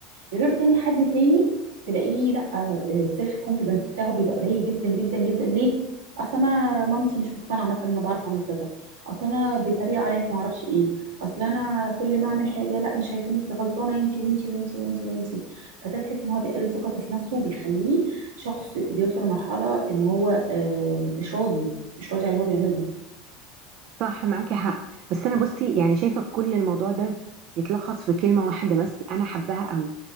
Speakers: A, on the right (about 85°); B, on the right (about 55°).
A: غير تاني حد تاني تلاقيه لا السيلف كونفيدنس بتاعه بيبقى قليل جدا جدا جدا ليه اصل انا مامتي مش مقتنعه مثلا ان انا بعرف اعمل كذا اصل انا بيتريق عليا في ما اعرفش ايه اصل انا كل ما اعمل حاجه لا انا شايفه انت غلطانه انت وانت وانت وانت وانت فده تحس ان هو بيقلل ثقته في نفسه وبيخليه شخص بيوصل لمرحله ان هو آه، مش راضي مش راضي على اللي هو بيعمله
B: صح معاكي حق بس انا بصي يعني شايفه كل الموضوع ده يتلخص في كلمه واحده بس انا حباها قوي